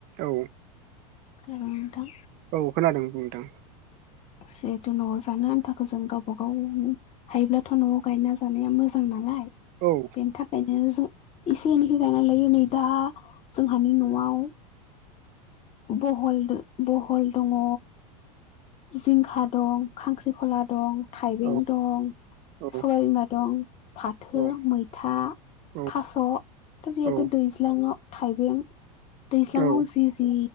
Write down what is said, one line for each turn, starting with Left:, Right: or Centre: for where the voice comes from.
Right: औ
Left: खोनादों नोंथां
Right: औ खोनादों बुं नोंथां
Left: जिहेथु न'वाव जानो आनथाखौ जों गावबा गाव हायोब्लाथ' न'वाव गायना जानाया मोजां नालाय
Right: औ
Left: बेनि थाखायनो जों एसे एनैहै गायना लायो नै दा जोंहानि न'वाव बहल दो बहल दङ जिंखा दं खांख्रिखला दं थाइबें
Right: औ
Left: दं
Right: औ
Left: सबाइबिमा दं फाथो,
Right: औ
Left: मैथा
Right: औ
Left: थास' दा जिहेथु
Right: औ
Left: दैज्लाङाव थाइबें दैज्लाङाव
Right: औ
Left: जि जि